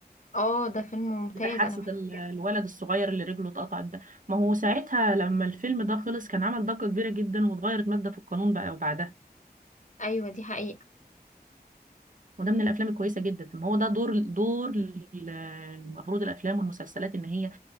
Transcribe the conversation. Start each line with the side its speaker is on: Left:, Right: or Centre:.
Left: اه ده فيلم ممتاز
Right: بتحسد
Left: أنا بحبه
Right: ال- الولد
Left: جدا
Right: الصغير اللي رجله اتقطعت ده ما هو ساعتها لما الفيلم ده خلص كان عمل ضجة كبيرة جدا واتغيرت مادة في القانون بقى وبعدها
Left: أيوة دي حقيقة
Right: وده من الافلام الكويسة جدا ما هو ده دور دور ال- المفروض الافلام والمسلسلات ان هي